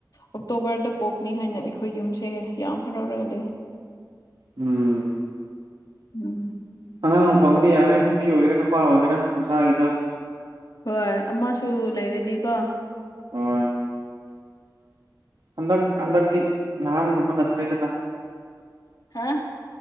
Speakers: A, on the left; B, on the right.
A: ꯑꯣꯛꯇꯣꯕꯔꯗ ꯄꯣꯛꯅꯤ ꯍꯥꯏꯅ ꯑꯩꯈꯣꯏ ꯌꯨꯝꯁꯦ ꯌꯥꯝ ꯍꯔꯥꯎꯔꯒ ꯂꯩ
B: ꯎꯝ
A: ꯎꯝ
B: ꯑꯉꯥꯡ ꯐꯪꯗꯤ ꯌꯥꯔꯦ ꯅꯨꯄꯤ ꯑꯣꯏꯒꯦꯔꯥ ꯅꯨꯄꯥ ꯑꯣꯏꯒꯦꯔꯥ ꯃꯁꯥꯒꯤꯗ
A: ꯍꯣꯏ ꯑꯃꯁꯨ ꯂꯩꯔꯗꯤꯀꯣ
B: ꯍꯣꯏ ꯍꯟꯗꯛ ꯍꯟꯗꯛꯇꯤ ꯅꯍꯥꯟꯒꯨꯝꯕ ꯅꯠꯇ꯭ꯔꯦꯗꯅ
A: ꯍꯥꯥ